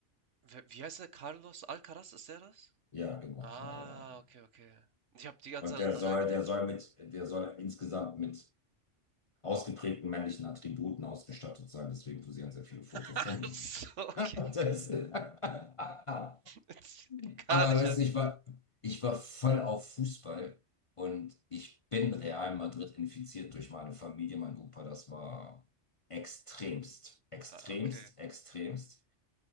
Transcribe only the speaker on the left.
Ja, genau,
genau, genau. genau.
Und
der
soll,
der soll mit, der soll insgesamt mit ausgeprägten männlichen Attributen ausgestattet sein. Deswegen posieren sehr viele Fotos
von ihm.
Das, <laughs> aber
weißt
du, ich war, ich war voll auf Fußball und ich bin Real Madrid infiziert durch meine Familie, mein Opa. Das war extremst, extremst,
extremst.